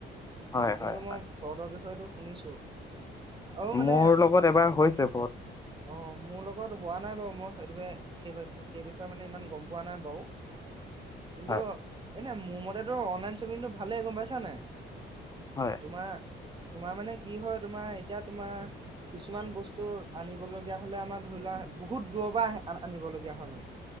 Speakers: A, on the left (about 15°); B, on the right (about 25°).
A: হয়
B: কিন্তু
A: হয়
B: মই
A: হয়
B: ফ্ৰদৰ বিষয়তটো শুনিছোঁ। আৰু মানে,
A: মোৰ লগত এবাৰ হৈছে ফ্ৰড
B: অঁ মোৰ লগত হোৱা নাই বাৰু, মই ে <unintelligible> সেই সেই বিষয়ে মানে ইমান গম পোৱা নাই বাৰু কিন্তু
A: হয়
B: এনোই মোৰ মতেতো অনলাইন শ্বপিংটো ভালেই, গম পাইছ নাই?
A: হয়
B: তোমাৰ তোমাৰ মানে কি হয়, তোমাৰ এতিয়া তোমাৰ, কিছুমান বস্তু আনিবলগীয়া হলে আমাৰ ধৰি লোৱা, বহুত দুবাৰ আনিবলগীয়া হয় মানে।